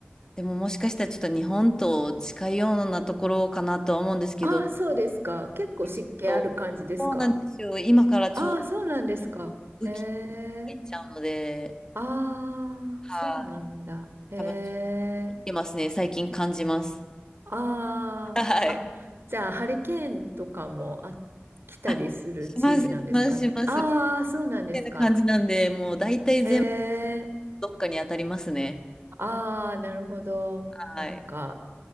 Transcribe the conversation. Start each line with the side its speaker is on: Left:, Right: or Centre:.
Left: でももしかしたらちょっと日本と近いようなところかなとは思うんですけど、
Right: ああ、そうですか。結構湿気ある感じですか
Left: はいちょっと、そうなんですよ。今からちょうど
Right: ああ、そうなんですか。
Left: 雨季に
Right: ええ、
Left: 入っちゃうので、
Right: ああ、
Left: はい。
Right: そうなんだ。ええ、
Left: 多分来てますね。最近感じます。
Right: ああ、
Left: はい。
Right: あ、じゃあ、ハリケーンとかもあ、来たりする地域なんですかね。
Left: あ、します、します、します。
Right: ああ、
Left: み
Right: そうなんですか。
Left: たいな感じなんで、もう大体全部
Right: ええ、
Left: どっかに当たりますね。
Right: ああ、なるほど。
Left: はい。
Right: なんか、